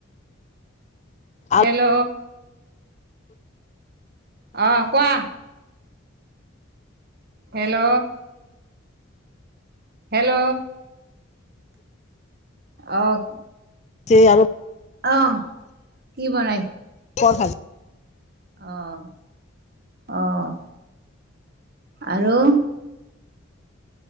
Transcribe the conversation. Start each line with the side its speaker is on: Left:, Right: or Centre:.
Left: আলু
Right: হেল্ল'। অ', কোৱা? হেল্ল'। হেল্ল'। অ'।
Left: যে আৰু
Right: অ', কি বনাই?
Left: পৰ ভ <unintelligible>
Right: অহ, অহ আৰু